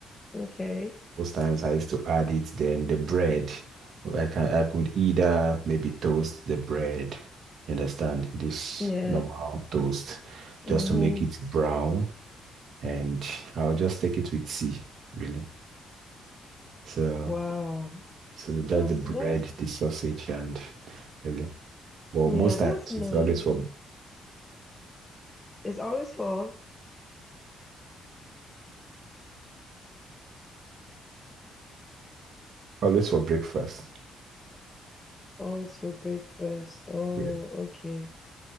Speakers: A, on the left; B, on the right.
A: Okay.
B: Most times I used to add it, then the bread. I can I could either maybe toast the bread, you understand, this
A: Yeah.
B: normal toast,
A: Mm-hmm.
B: just to make it brown, and I'll just take it with tea, really. So
A: Wow.
B: so just
A: That's
B: the bread,
A: that's
B: the sausage, and really. But
A: yeah,
B: most
A: that's
B: times
A: nice.
B: it's always for
A: It's always for
B: always for breakfast.
A: always for breakfast. Oh,
B: Yeah.
A: okay.